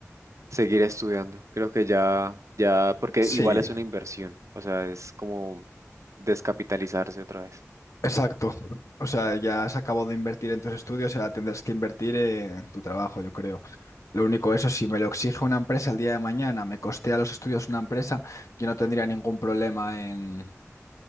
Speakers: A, on the right; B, on the left.
A: seguir estudiando. Creo que ya, ya, porque
B: Sí,
A: igual es una inversión, o sea, es como descapitalizarse otra vez.
B: exacto. O sea, ya has acabado de invertir en tus estudios, ahora tendrás que invertir en tu trabajo, yo creo. Lo único, eso, si me lo exige una empresa el día de mañana, me costea los estudios una empresa, yo no tendría ningún problema en